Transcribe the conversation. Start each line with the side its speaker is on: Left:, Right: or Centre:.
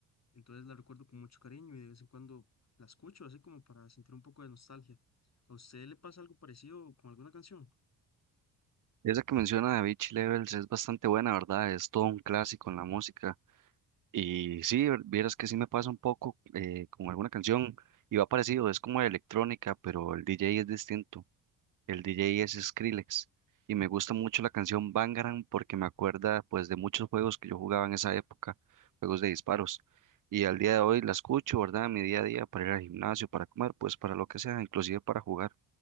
Left: Entonces la recuerdo con mucho cariño y de vez en cuando la escucho así como para sentir un poco de nostalgia. ¿A usted le pasa algo parecido con alguna canción?
Right: Esa que menciona de Beach Levels es bastante buena, ¿verdad? Es todo un clásico en la música. Y sí, ver- vieras que sí me pasa un poco eh, con alguna canción y va parecido, es como electrónica, pero el DJ es distinto. El DJ es Skrillex y me gusta mucho la canción Bangarang porque me acuerda pues de muchos juegos que yo jugaba en esa época, juegos de disparos. Y al día de hoy la escucho, ¿verdad? En mi día a día para ir al gimnasio, para comer, pues para lo que sea, inclusive para jugar.